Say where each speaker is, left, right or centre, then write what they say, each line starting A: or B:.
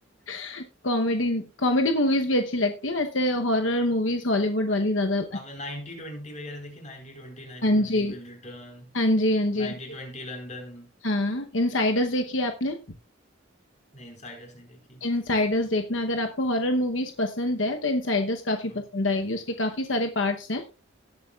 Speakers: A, on the left; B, on the left.
A: <laughs> कॉमेडी कॉमेडी मूवीज भी अच्छी लगती है वैसे हॉरर मूवीज हॉलीवुड वाली ज्यादा अच्छ-
B: आपने नाइनटी ट्वेंटी वगैरह देखी Ninety twenty ninety
A: हाँ
B: twenty
A: जी
B: will return
A: हाँ जी हाँ जी
B: ninety
A: हाँ जी
B: twenty London
A: हाँ इनसाइडर्स देखी है आपने
B: नहीं इनसाइडर्स नहीं देखी
A: इनसाइडर्स देखना अगर आपको हॉरर मूवीज पसंद है तो इनसाइडर्स काफी
B: हाँ
A: पसंद आएगी उसके काफी सारे पार्ट्स हैं